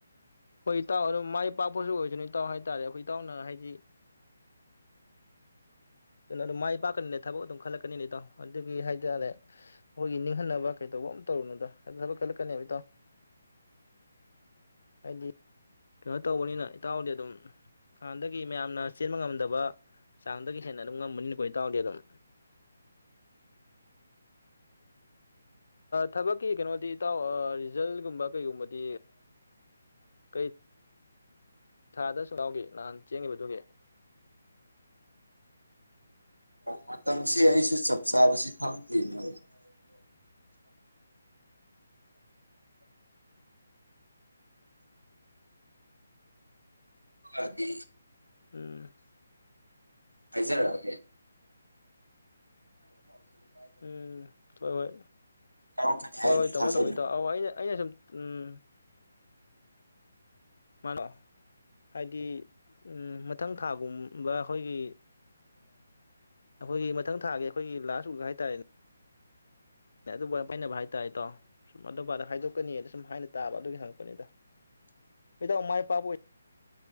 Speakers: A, on the left; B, on the right.
A: ꯑꯩꯈꯣꯏ ꯏꯇꯥꯎ ꯑꯗꯨꯝ ꯃꯥꯏ ꯄꯥꯛꯄꯁꯨ ꯑꯣꯏꯗꯣꯏꯅꯤ ꯏꯇꯥꯎ ꯍꯥꯏꯇꯥꯔꯦ ꯑꯩꯈꯣꯏ ꯏꯇꯥꯎꯅ ꯍꯥꯏꯗꯤ ꯑꯗꯨ ꯑꯗꯨꯝ ꯃꯥꯏ ꯄꯥꯛꯀꯅꯤꯅꯦ ꯊꯕꯛ ꯑꯗꯨꯝ ꯈꯜꯂꯛꯀꯅꯤꯅꯦ ꯏꯇꯥꯎ ꯑꯗꯨꯒꯤ ꯍꯥꯏꯇꯥꯔꯦ ꯑꯩꯈꯣꯏꯒꯤ ꯅꯤꯡꯍꯟꯅꯕ ꯀꯩꯗꯧꯕ ꯑꯃ ꯇꯧꯔꯨꯅꯣꯗ ꯊꯕꯛ ꯈꯜꯂꯛꯀꯅꯦꯕ ꯏꯇꯥꯎ ꯍꯥꯏꯗꯤ ꯀꯩꯅꯣ ꯇꯧꯕꯅꯤꯅ ꯏꯇꯥꯎꯗꯤ ꯑꯗꯨꯝ ꯍꯥꯟꯅꯗꯒꯤ ꯃꯌꯥꯝꯅ ꯆꯦꯟꯕ ꯉꯝꯗꯕ ꯆꯥꯡꯗꯒꯤ ꯍꯦꯟꯅ ꯑꯗꯨꯝ ꯉꯝꯕꯅꯤꯅꯀꯣ ꯏꯇꯥꯎꯗꯤ ꯑꯗꯨꯝ ꯊꯕꯛꯀꯤ ꯀꯩꯅꯣꯗꯤ ꯏꯇꯥꯎ ꯔꯤꯖꯜꯒꯨꯝꯕ ꯀꯩꯒꯨꯝꯕꯗꯤ ꯀꯩ ꯊꯥꯗ ꯁꯨꯡꯒꯥꯎꯈꯤ ꯅꯍꯥꯟ ꯆꯦꯟꯕꯗꯨꯒꯤ
B: ꯃꯇꯝꯁꯤ ꯑꯩꯁꯨ ꯆꯞ ꯆꯥꯕꯁꯤ ꯈꯪꯗ꯭ꯔꯤꯅꯣ ꯑꯗꯨ
A: ꯎꯝ
B: ꯍꯥꯏꯖꯔ
A: ꯎꯝ ꯍꯣꯏ ꯍꯣꯏ
B: ꯌꯥꯎꯔꯛꯀꯅꯤ
A: ꯍꯣꯏ
B: ꯍꯥꯏꯅ
A: ꯍꯣꯏ ꯇꯃꯣ
B: ꯊꯥꯖꯒꯦ
A: ꯇꯃꯣ ꯇꯅꯦ ꯑ ꯁꯨꯝ ꯎꯝ ꯃꯥꯅꯣ ꯍꯥꯏꯗꯤ ꯃꯊꯪ ꯊꯥꯒꯨꯝꯕ ꯑꯩꯈꯣꯏꯒꯤ ꯑꯩꯈꯣꯏꯒꯤ ꯃꯊꯪ ꯊꯥꯒꯤ ꯑꯩꯈꯣꯏꯒꯤ ꯂꯥꯁ ꯋꯤꯛ ꯍꯥꯏꯇꯥꯔꯦꯅꯦ ꯑꯗꯨ ꯄꯥꯏꯅꯕ ꯍꯥꯏꯇꯥꯔꯦꯇꯣ ꯁꯨꯝ ꯑꯗꯨ ꯑꯗ ꯍꯥꯏꯗꯣꯛꯀꯅꯤꯗ ꯁꯨꯝ ꯍꯥꯏꯅ ꯇꯥꯕ ꯑꯗꯨꯒꯤ ꯍꯪꯉꯛꯄꯅꯤꯗ ꯍꯗ ꯃꯥꯏ ꯄꯥꯛꯄ ꯑꯣꯏ